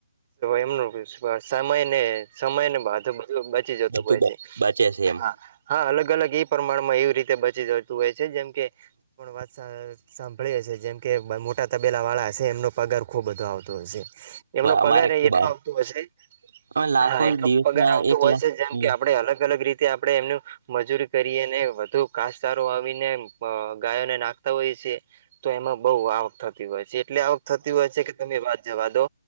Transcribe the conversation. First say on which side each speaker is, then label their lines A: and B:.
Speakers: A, on the right; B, on the right.
A: એમનું સમય ને સમય ને બાધ બધ બચી જતું
B: બધું
A: હોય
B: બ
A: છે
B: બચે છે એમ
A: હા હા અલગ અલગ એ પ્રમાણમાં એવી રીતે બચી જતું હોય છે જેમ કે પણ વાત સાંભળી હ છે જેમ કે મોટા તબેલા વાળા હશે એમનો પગાર ખૂબ બધો આવતો હશે એમનો પગાર
B: અમારે
A: એટલો
B: ખુબ
A: આવતો હશે
B: આવે લાખો
A: હા એનો
B: દિવસના
A: પગાર આવતોું
B: એક
A: હોય
B: લાખ
A: છે જેમ
B: હમ
A: કે આપડે અલગ અલગ રીતે આપણે એમનું મજૂરી કરીને વધુ કાસચારો આવીને ગાયોને નાખ હોય છે તો એમાં બહુ આવક થતી હોય છે એટલે આવક થતી હોય છે કે તમે એ વાત જવા દો